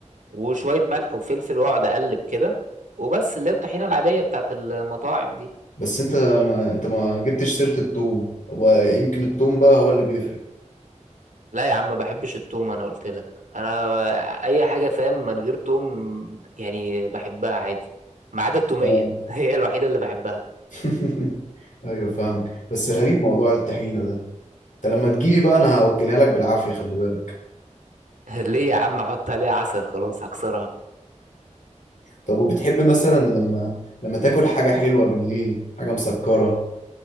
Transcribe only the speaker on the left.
بس انت ما انت ما جبتش سيره التوم ويمكن التوم بقى هو اللي بيفرق
اه
<laughs> ايوه فاهمك بس غريب موضوع الطحينه ده انت لما تجيلي بقى انا هوكلها لك بالعافيه خلي بالك
طب وبتحب مثلا لما لما تاكل حاجه حلوه بالليل حاجه مسكره